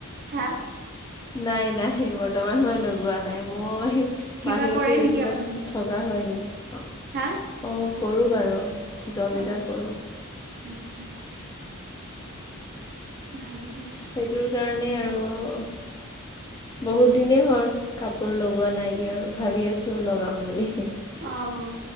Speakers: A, on the right; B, on the left.
A: হা
B: নাই নাই বৰ্তমান সময়ত লগোৱা নাই মই
A: কিবা
B: বাহিৰতে
A: কৰে
B: বেছিভাগ
A: নেকি আপুনি
B: থকা হয় নেকি অ
A: হা
B: কৰো বাৰু জব
A: অঁ
B: এটা কৰো
A: আচ্ছা ভালেই হৈছে
B: সেইটোৰ কাৰণে আৰু বহুত দিনেই হ'ল কাপোৰ লগোৱা নাই এতিয়া আৰু ভাবি আছো লগাম বুলি
A: অ অ